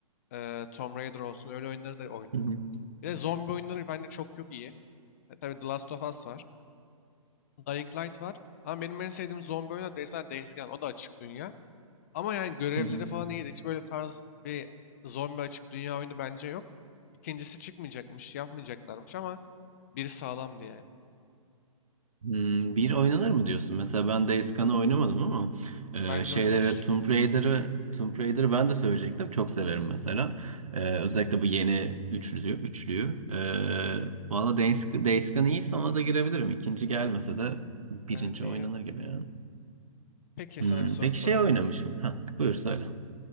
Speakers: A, on the left; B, on the right.
A: Eee, Tomb Raider olsun öyle oyunları da oynuyorum.
B: hı hı,
A: Bir de zombi oyunları bende çok yok iyi. E, tabii The Last of Us var. Dying Light var. Ama benim en sevdiğim zombi oyunu da mesela Days Gone. O da açık dünya. Ama yani görevleri
B: hı hı.
A: falan iyiydi. Hiç böyle tarz bir zombi açık dünya oyunu bence yok. İkincisi çıkmayacakmış, yapmayacaklarmış ama biri sağlamdı yani.
B: Hmm, bir oynanır mı diyorsun? Mesela ben Days Gone'ı oynamadım ama e,
A: Bence
B: şeyleri
A: oynanır.
B: Tomb Raider'ı Tomb Raider'ı ben de söyleyecektim. Çok severim mesela. E,
A: Evet.
B: özellikle bu yeni üçlüyü. üçlüyü. E, valla Days, Days Gone iyiyse ona da girebilirim. İkinci gelmese de birinci
A: Evet iyi.
B: oynanır gibi yani.
A: Peki
B: Hmm,
A: sana bir soru
B: peki
A: sorayım.
B: şey oynamış mı? Ha, buyur söyle.